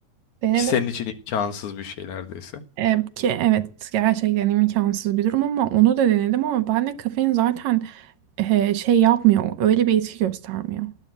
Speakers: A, on the right; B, on the left.
A: Denedim.
B: Ki senin için imkansız bir şey neredeyse.
A: Ee, ki evet gerçekten imkansız bir durum ama onu da denedim ama bende kafein zaten e, şey yapmıyor. Öyle bir etki göstermiyor.